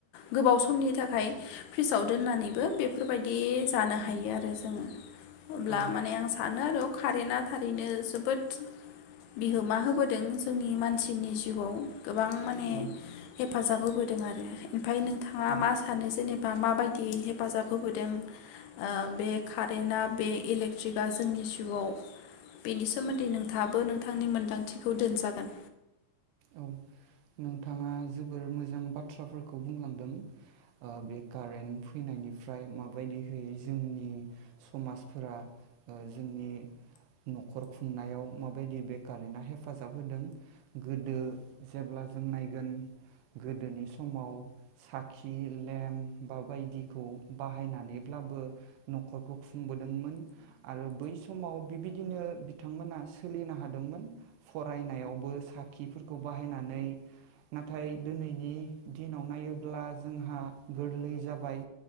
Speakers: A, on the left; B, on the right.
A: गोबाव समनि थाखाय फ्रिजाव दोननानै बेफोरबायदि जानो हायो आरो जोङो अब्ला
B: औ
A: माने आं सानो आरो कारेन्टा थारैनो जोबोद बिहोमा होबोदों जोंनि मानसिनि जिउआव गोबां माने
B: औ
A: हेफाजाब होबोदों जादों आरो ओमफ्राय नों थाङा
B: औ
A: मा सानो जेनेबा माबायदि द <unintelligible> हेफाजाब होबोदों बे कारेन्टआ बे इलेक्ट्रिकआ जोंनि जिउआव बेनि सोमोन्दै नोंथाबो नोंथांनि मोन्दांथिखौ दोनजागोन
B: औ नोंथाङा जोबोर मोजां बाथ्राफोरखौ बुंलांदों बे कारेन्ट फैनायनिफ्राय माबायदिहै जोंनि समाजफोरा जोंनि न'खर खुंनायाव माबायदि बे कारेन्टा हेफाजाब होदों गोदो जेब्ला जों नायगोन गोदोनि समाव साखि लेम्प बा बायदिखौ बाहायनानैब्लाबो न'खरखौ खुंबोदोंमोन आरो बै समाव बिबायदिनो बिथांमोना सोलिनो हादोंमोन फरायनायावबो सा खिफोरखौ बाहायनानै नाथाय दिनैनि दिनाव नायोब्ला जोंहा गोरलै जाबाय